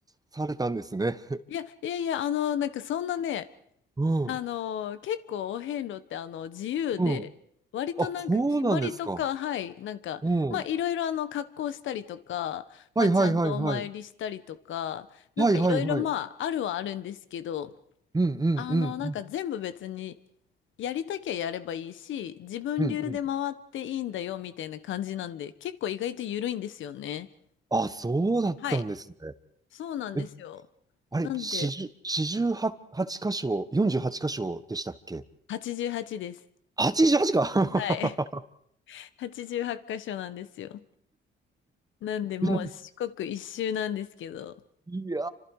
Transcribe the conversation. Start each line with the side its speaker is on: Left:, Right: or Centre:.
Right: されたんですね。
Left: いやいやいや、あの、なんかそんなね、
Right: うん。
Left: あの、結構お遍路ってあの、自由で、
Right: うん。
Left: 割となんか決まりとか、
Right: あ、そうなんですか。
Left: はい、なんか、
Right: うん。
Left: まあいろいろあの、格好したりとか、まあちゃんとお参りしたりとか、
Right: はいはいはいはい。
Left: なんかいろいろまああるはあるんですけど、
Right: はいはいはい。うんうんうん
Left: あの、なんか全部別にやりたきゃやればいいし、自分流で回っていいんだよみたいな感じなんで、
Right: うんうん。
Left: 結構意外と緩いんですよね。
Right: あ、そうだったんですね。
Left: はい、そうなんですよ。
Right: え、あれ、
Left: なんで、
Right: 四十、四十八箇所、四十八箇所でしたっけ
Left: 88です。
Right: 88か
Left: はい、88箇所なんですよ。なんで、もう四国一周なんですけど。
Right: <laughs> いや